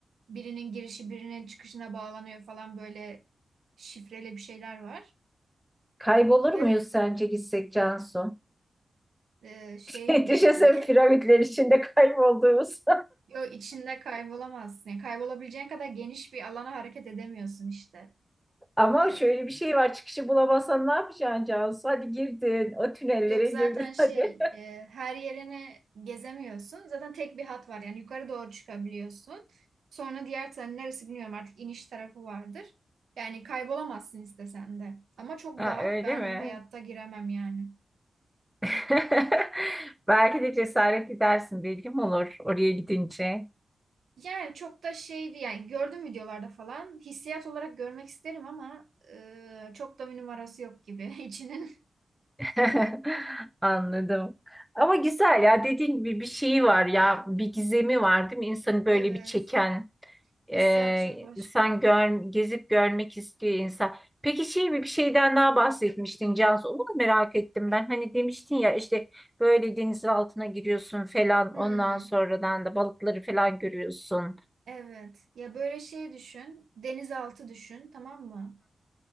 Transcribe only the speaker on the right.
Birinin girişi birinin çıkışına bağlanıyor falan böyle şifreli bir şeyler var.
Ve
e, şey
ge-
ge-
<laughs> yo, içinde kaybolamazsın. Yani kaybolabileceğin kadar geniş bir alana hareket edemiyorsun işte.
E,
Yok zaten
şey
e, her yerini gezemiyorsun. Zaten tek bir hat var yani yukarı doğru çıkabiliyorsun. Sonra diğer tarafı neresi bilmiyorum artık iniş tarafı vardır. Yani kaybolamazsın istesen de. Ama çok
dar.
Ben
hayatta giremem yani.
Yani çok da şeydi yani gördüm videolarda falan. Hissiyat olarak görmek isterim ama e, çok da bir numarası yok gibi <laughs> içinin.
Evet.
Hissiyat
çok başka.
Hmm.
Evet. Ya böyle şey düşün. Denizaltı düşün, tamam mı?